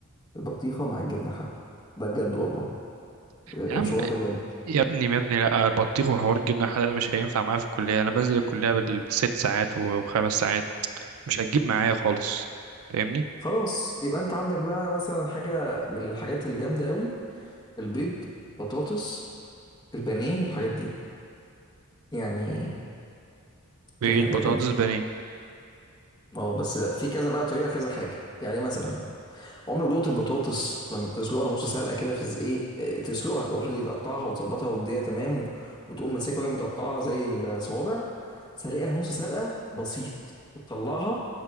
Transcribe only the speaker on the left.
البطيخه مع الجبنه الحادقه ده بجد والله آه،
الشعور
ده جامد
خلاص يبقى انت عندك بقى مثلا حاجه من الحاجات الجامده قوي البيض بطاطس البانيه الحاجات دي يعني
شايف إن هي
حاجات جامده
اه بس في كذا بقى طريقه كذا حاجه يعني مثلا عمرك دقت البطاطس لما بتسلقها نص سلقه كده في ز- ايه إيه، تسلقها اوريدي تقطعها وتظبطها والدنيا تمام و- وتقوم ماسكها وهي متقطعه زي الصوابع سلقها نص سلقه بسيط وتطلعها